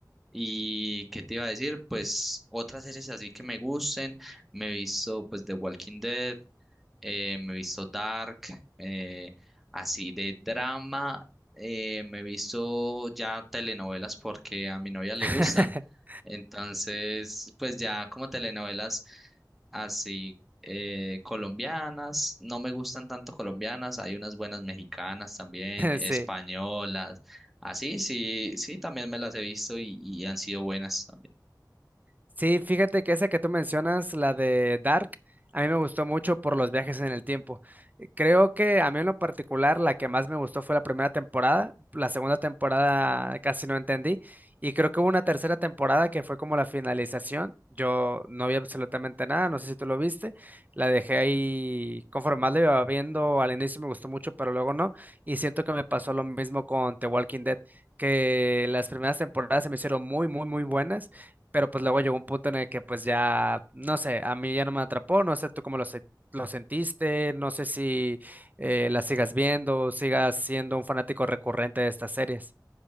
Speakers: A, in the centre; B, on the right.
A: Y qué te iba a decir, pues otras series así que me gusten, me he visto pues The Walking Dead, eh, me he visto Dark, eh, así de drama, eh, me he visto ya telenovelas porque a mi novia le
B: <laughs>
A: gustan, entonces pues ya como telenovelas así eh, colombianas, no me gustan tanto colombianas, hay unas buenas mexicanas también, españolas,
B: Sí.
A: así sí, sí, también me las he visto y, y han sido buenas.
B: Sí, fíjate que esa que tú mencionas, la de Dark, a mí me gustó mucho por los viajes en el tiempo. Eh, Creo que a mí en lo particular la que más me gustó fue la primera temporada, la segunda temporada casi no entendí y creo que hubo una tercera temporada que fue como la finalización. Yo no vi absolutamente nada, no sé si tú lo viste, la dejé ahí conforme más la iba viendo, al inicio me gustó mucho, pero luego no y siento que me pasó lo mismo con The Walking Dead, que las primeras temporadas se me hicieron muy, muy, muy buenas pero pues luego llegó un punto en el que pues ya, no sé, a mí ya no me atrapó, no sé tú cómo lo, se- lo sentiste, no sé si eh, la sigas viendo, sigas siendo un fanático recurrente de estas series.